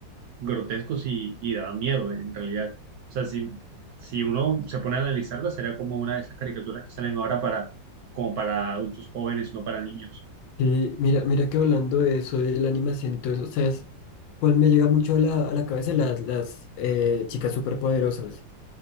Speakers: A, on the right; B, on the left.
A: grotescos y, y daban miedo en realidad. O sea, si, si uno se pone a analizarla, sería como una de esas caricaturas que salen ahora para, como para adultos jóvenes, no para niños.
B: Sí, mira, mira que hablando de eso, de la animación y todo eso, ¿sabes? Pues me llega mucho a la, a la cabeza las, las eh, chicas superpoderosas,